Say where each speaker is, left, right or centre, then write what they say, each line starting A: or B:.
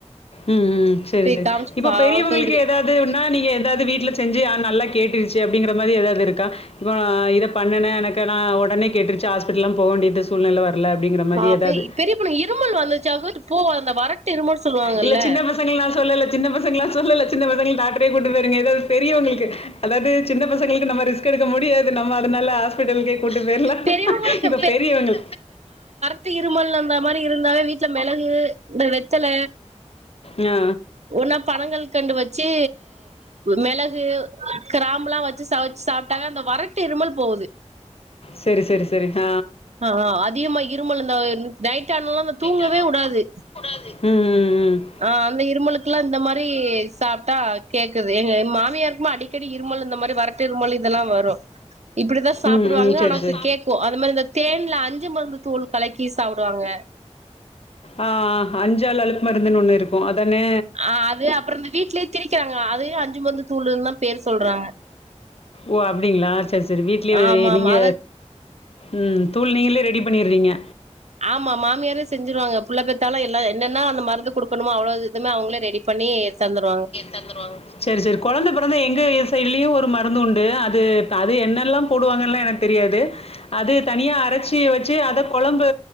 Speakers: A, on the left; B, on the right.
A: ம் ம் செரி
B: போய்
A: செரி
B: காமிச்சு
A: இப்ப
B: பாக்குறது
A: பெரியவர்களுக்கு எதாவது துன்னா நீங்க எதாவது வீட்ல செஞ்சு நல்லா கேட்டுருச்சு அப்டிங்கிற மாறி எதாவது இருக்கா இப்போ இத பண்ணுன எனக்கு நா உடனே கேட்டுருச்சு ஹாஸ்பிடல்லா போவேண்டியது சூழ்நிலை வரல அப்டிங்கிற மாரி
B: ஆ
A: ஏதாவது?
B: பெரிய பொண்ணு இருமல் வந்துச்சா போ அந்த வரட்டு இருமல் சொல்லுவாங்கல்ல
A: இல்ல சின்ன பசங்கள நா சொல்லல சின்ன பசங்களல்லா சொல்லல சின்ன பசங்க டாக்டரே கூட்டு போய்ருங்க எதாவது பெரியவங்களுக்கு அதாது சின்ன பசங்களுக்கு நம்ம ரிஸ் க் எடுக்க முடியாது நம்ம அதனால ஹாஸ்பிட்டலுக்கே கூட்டு போய்ரலா
B: பெரியவங்களுக்கு
A: இப்ப பெரியவங்க
B: வரட்டு இருமல் இருந்த மாரி இருந்தாவே வீட்ல மிளகு இந்த வெத்தல
A: ஆ
B: ஒன்னா பணங்கற் கண்டு வச்சு மிளகு கிராம்பலாம் வச் ச்சு சமச்சு சாப்பிட்டாவே அந்த வறட்டு இருமல் போகுது
A: செரி செரி செரி ஹ
B: ஆஹ அதிகமா இருமல் இந்த நைட் ஆனாலா அது தூங்கவே
A: ஆகுது.
B: விடாது
A: ம் ம் ம்
B: ஆ அந்த இருமலுக்குல்லா இந்த மாறி சாப்ட்டா கேக்குது எங்க மாமியாருக்குமே அடிக்கடி இருமல் இந்த மாறி வர ட்டு இருமல் இதெல்லா வரு இப்டிதா சாப்புடுவாங்க
A: ம், ம். சரி,
B: ஆனா
A: சரி.
B: கேட்கு அதுமாறிதா தேன்ல அஞ்சு மருந்து தூள் கலக்கி சாப்டுவாங்க
A: ஆ அஞ்சாள் அலப்பு மருந்துன்னு ஒண்ணு இருக்கு அதானே
B: அ அது அப்பற இந்த வீட்லயே திரிக்கிறாங்க அதையு அஞ்சு மருந்து தூள்ன்னு தா பேர் சொல்றாங்க
A: ஓ அப்டிங்களா சேரி சேரி வீட்லயே
B: ஆமா
A: நீங்க
B: ஆமா அத
A: ம் தூள் நீங்களே ரெடி பண்ணிறீங்க
B: ஆம்மமா மாமியாரே செஞ்சுருவாங்க புள்ள பெத்தாலு எல்லா என்னென்னா அந்த மருந்து குடுக்கணமோ அவ்ளது இதுவுமே அவங்களே ரெடி பண்ணி தந்துடுவாங்க
A: தந்துருவாங்க செரி செரி கொழந்தை பெறந்தா எங்க சைட்லயு ஒரு மருந்து உண்டு அது அது என்னெல்லா போடுவாங்கல்லா எனக்கு தெரியாது அது தனியா அரைச்சி வச்சு அத கொழம் பு